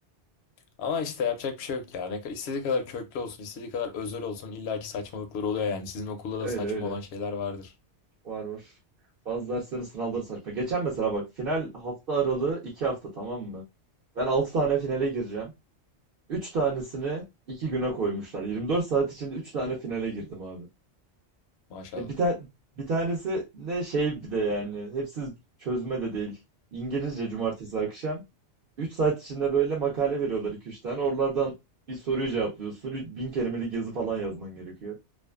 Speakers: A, on the left (about 70°); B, on the right (about 55°).
A: Ama işte yapacak bir şey yok ya. Ne, ka- istediği kadar köklü olsun, istediği kadar özel olsun illaki saçmalıkları oluyor yani. Sizin okulda
B: Öyle
A: da saçma
B: öyle.
A: olan şeyler vardır.
B: Var var. Bazı derslerin sınavları saçma. Geçen mesela bak final hafta aralığı 2 hafta tamam mı? Ben 6 tane finale gireceğim. Üç tanesini iki güne koymuşlar. 24 saat içinde üç tane finale girdim abi.
A: Maşallah.
B: E bir tane bir tanesi de şey bir de yani hepsi çözme de değil. İngilizce cumartesi akşam. üç saat içinde böyle makale veriyorlar 2-3 tane. Oralardan bir soruyu cevaplıyorsun. Üç- Bin kelimelik yazı falan yazman gerekiyor.